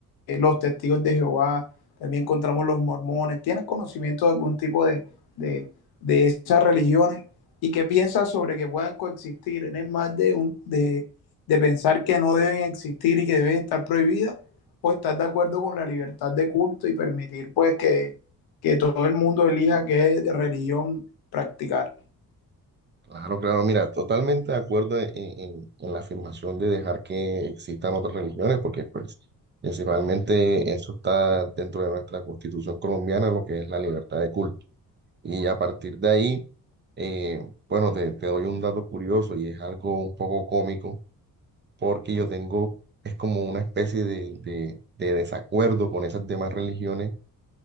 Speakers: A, on the left (about 85°); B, on the right (about 30°).
A: eh, los testigos de Jehová, también encontramos los mormones. ¿Tienes conocimiento de algún tipo de, de, de esas religiones? ¿Y qué piensas sobre que puedan coexistir? ¿Eres más de, un, de, de pensar que no deben existir y que deben estar prohibidas? ¿O estás de acuerdo con la libertad de culto y permitir pues que, que todo el mundo elija qué religión practicar?
B: Claro, claro, mira, totalmente de acuerdo en, en- en la afirmación de dejar que existan otras religiones, porque pues principalmente eso está dentro de nuestra constitución colombiana, lo que es la libertad de culto. Y a partir de ahí, eh, bueno, te, te doy un dato curioso y es algo un poco cómico porque yo tengo, es como una especie de, de- de desacuerdo con esas demás religiones